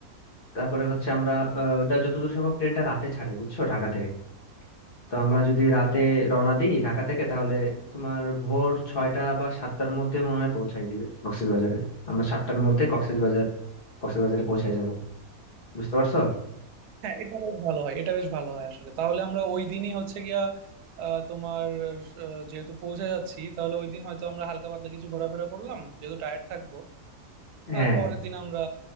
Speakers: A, on the left; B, on the right.
A: তারপরে হচ্ছে আমরা আহ, ওটা যতদূর সম্ভব ট্রেনটা রাতে ছাড়ে বুঝছো ঢাকা থেকে তো আমরা যদি রাতে রওনা দিই ঢাকা থেকে তাহলে তোমার ভোর ছয়টা বা সাতটার মধ্যে মনে হয় পৌঁছায় দিবে কক্সবাজারে আমরা সাতটার মধ্যে কক্সবাজার কক্সবাজারে পৌঁছায় যাব বুঝতে পারছো
B: হ্যাঁ হ্যাঁ হ্যাঁ, এটা বেশ ভালো হয় এটা বেশ ভালো হয় আসলে তাহলে আমরা ওই দিনই হচ্ছে গিয়া আহ, তোমার আহ, যেহেতু পৌঁছে যাচ্ছি তাহলে ওই দিন হয়তো আমরা হালকা পাতলা কিছু ঘোরাফেরা করলাম যেহেতু টায়ার্ড থাকবো
A: হ্যাঁ
B: আর পরের দিন আমরা